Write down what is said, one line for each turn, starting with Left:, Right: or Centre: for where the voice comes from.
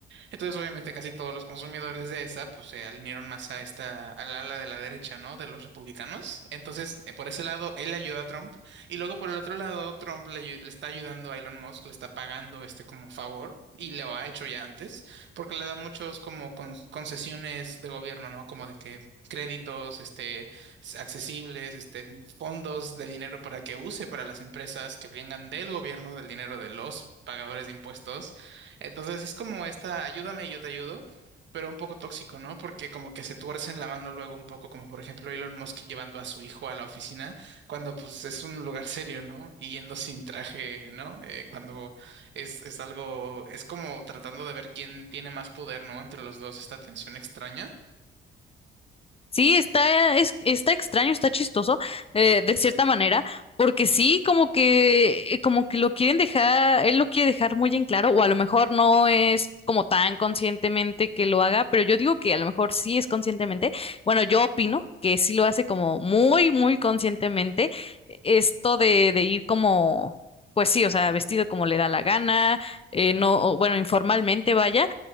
Right: Entonces, obviamente, casi todos los consumidores de esa, pues se alinearon más a esta, al ala de la derecha, ¿no? De los republicanos. Entonces, eh, por ese lado, él ayuda a Trump. Y luego, por el otro lado, Trump le, ayu- le está ayudando a Elon Musk, le está pagando este como favor. Y lo ha hecho ya antes, porque le da muchos como con- concesiones de gobierno, ¿no? Como de que créditos, este, s- accesibles, este, fondos de dinero para que use para las empresas que vengan del gobierno, del dinero de los pagadores de impuestos. Entonces es como esta, ayúdame y yo te ayudo, pero un poco tóxico, ¿no? Porque como que se tuercen la mano luego un poco, como por ejemplo Elon Musk llevando a su hijo a la oficina, cuando pues es un lugar serio, ¿no? Y yendo sin traje, ¿no? Eh, cuando es, es algo, es como tratando de ver quién tiene más poder, ¿no? Entre los dos, esta tensión extraña.
Left: Sí, está, es, está extraño, está chistoso, eh, de cierta manera, porque sí, como que, eh, como que lo quieren dejar, él lo quiere dejar muy en claro, o a lo mejor no es como tan conscientemente que lo haga, pero yo digo que a lo mejor sí es conscientemente. Bueno, yo opino que sí lo hace como muy, muy conscientemente, eh, esto de, de ir como, pues sí, o sea, vestido como le da la gana, eh, no, o bueno, informalmente vaya